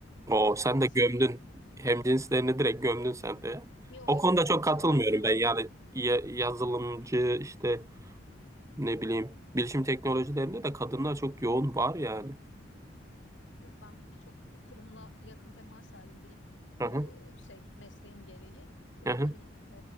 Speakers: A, on the right; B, on the left.
A: Oo, sen
B: aslında.
A: de gömdün. Hemcinslerini direkt gömdün sen de. ya.
B: Yok.
A: O konuda çok katılmıyorum
B: Hayır hayır.
A: ben. Yani ya- yazılımcı işte ne bileyim bilişim teknolojilerinde de kadınlar çok yoğun var yani.
B: Yo, ben birçok kurumla yakın temas halindeyim. Ee,
A: Hı hı,
B: şey mesleğim gereği kurumların
A: hı hı.
B: e,